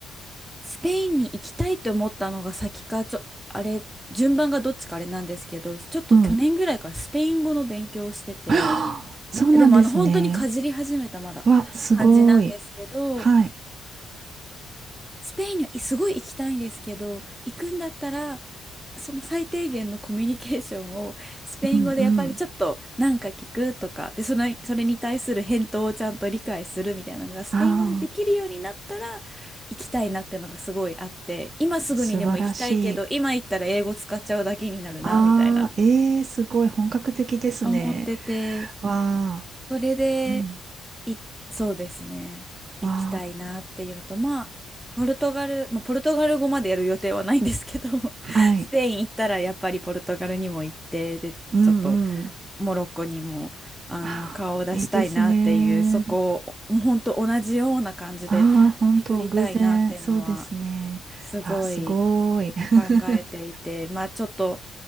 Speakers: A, in the centre; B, on the right.
A: スペインに行きたいと思ったのが先か、ちょ、あれ、順番がどっちかあれなんですけど、ちょっと去年ぐらいからスペイン語の勉強をしてて、
B: うん。<gasps> はあそうなんですね。
A: でもあの本当にかじり始めたまだ感じなんですけど、
B: わ、すごい。はい。
A: スペインにはすごい行きたいんですけど、行くんだったら、その最低限のコミュニケーションをスペイン語でやっぱりちょっとなんか聞くとか、
B: うんうん。
A: で、それ、それに対する返答をちゃんと理解するみたいなのがスペイン語でできるようになったら
B: ああ、
A: 行きたいなっていうのがすごいあって、今すぐにでも行きたいけど、
B: 素晴らしい。
A: 今行ったら英語使っちゃうだけになるな、
B: ああ、
A: みたいな
B: ええー、すごい本格的ですね。
A: 思ってて、
B: わあ
A: それで、
B: うん
A: い、そうですね。行きたいなっていうのと、
B: わ
A: まあ、ポルトガル、まあ、ポルトガル語までやる予定はないんですけど、<laughs>
B: あ、はい。
A: スペイン行ったらやっぱりポルトガルにも行って、で、
B: うんうん。
A: ちょっとモロッコにも、
B: <sighs>
A: あの、
B: ああいいですね。
A: 顔を出したいなっていう、そこを、もうほんと同じような感じで巡りたいなっていうのは、
B: ああ、本当、偶然、そうですね。
A: すごい
B: ああ、すごい。<laughs>
A: 考えていて、まあ、ちょっと